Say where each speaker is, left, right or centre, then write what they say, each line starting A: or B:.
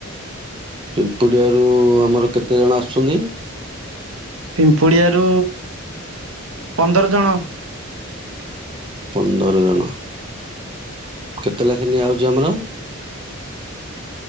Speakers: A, on the right; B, on the right.
A: ପିମ୍ପୁଡ଼ିଆରୁ ଆମର କେତେ ଜଣ ଆସୁଛନ୍ତି?
B: ପିମ୍ପୁଡ଼ିଆରୁ ପନ୍ଦର ଜଣ।
A: ପନ୍ଦର ଜଣ। କେତେ ଲାଖେ ନିଆହଉଛି ଆମର?